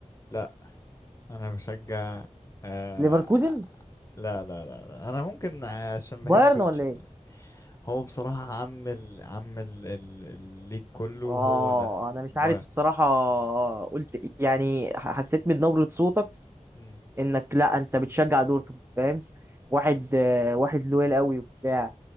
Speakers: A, on the left; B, on the right.
A: لا انا بشجع آه
B: ليفركوزن
A: لا لا لا, لا. انا ممكن عشان بحب
B: بايرن ولا
A: تش-
B: ايه
A: هو بصراحة عم ال عم ال ال- الليج كله هو
B: اه
A: ده
B: انا مش
A: بايرن
B: عارف الصراحه قلت يعني حسيت من نبره صوتك
A: مم.
B: انك لا انت بتشجع دورتموند فاهم واحد آه، واحد لويل قوي وبتاع